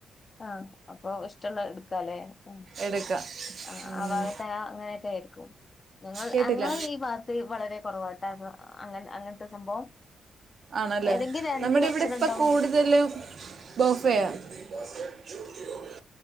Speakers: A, on the left; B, on the right.
A: ആ അപ്പൊ ഇഷ്ടള്ള എടുക്കാലേ ഉം
B: എടുക്കാം
A: ആ
B: ഉം.
A: ആ ഭാഗത്തെ അങ്ങനെയൊക്കെ ആയിരി ക്കും ഞങ്ങൾ
B: കേട്ടില്ല
A: അങ്ങളെ ഈ ഭാത്ത് വളരെ കൊറവാൺ അതൊ അങ്ങ അങ്ങനത്തെ സംഭവം
B: ആണല്ലേ
A: ഏതെങ്കിലും രണ്ട്
B: നമ്മുടെ
A: ഭക്ഷണം
B: ഇവിടെ ഇപ്പ
A: ഉണ്ടാവും
B: കൂടുതലും ബോഫയാ <inaudible>